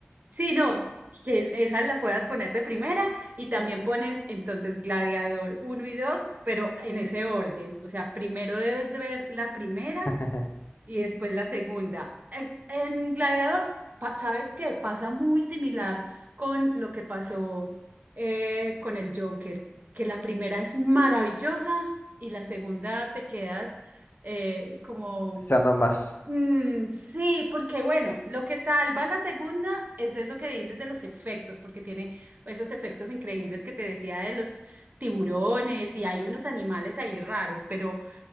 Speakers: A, on the right; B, on the left.
A: sí, no, que esa la puedas poner de primera y también pones entonces Gladiador uno y 2, pero en ese orden. O sea, primero debes de ver la primera
B: <laughs>
A: Y después la segunda. En en Gladiador, pa- ¿sabes qué? Pasa muy similar con lo que pasó eh, con el Joker, que la primera es maravillosa y la segunda te quedas eh, como,
B: deseando más.
A: "Mm, sí, porque bueno, lo que salva la segunda es eso que dices de los efectos, porque tiene esos efectos increíbles que te decía de los tiburones y hay unos animales ahí raros, pero...